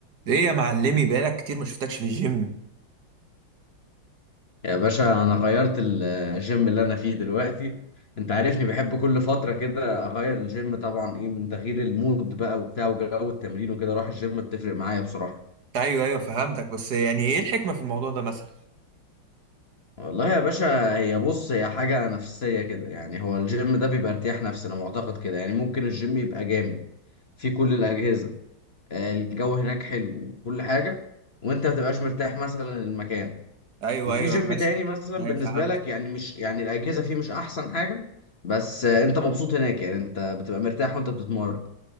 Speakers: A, on the right (about 55°); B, on the left (about 35°).
A: ايه يا معلمي بقالك كتير ما شفتكش في الجيم
B: يا باشا انا غيرت ال- الجيم اللي انا فيه دلوقتي انت عارفني بحب كل فترة كده اغير الجيم طبعا ايه من تغيير المود بقى وبتاع وجو التمرين وكده اروح الجيم بتفرق معايا بصراحة
A: ايوه ايوه فهمتك بس يعني ايه الحكمة في الموضوع ده مثلا
B: والله يا باشا هي بص هي حاجة نفسية كده يعني هو الجيم ده بيبقى ارتياح نفسي انا معتقد كده يعني ممكن الجيم يبقى جامد في كل الأجهزة آه، الجو هناك حلو وكل حاجة وانت ما تبقاش مرتاح مثلا المكان
A: ايوه
B: وفي
A: ايوه
B: جيم
A: مثلا
B: تاني مثلا بالنسبة
A: ايوه فهمتك
B: لك يعني مش يعني الأجهزة فيه مش أحسن حاجة بس آه، أنت مبسوط هناك يعني أنت بتبقى مرتاح وأنت بتتمرن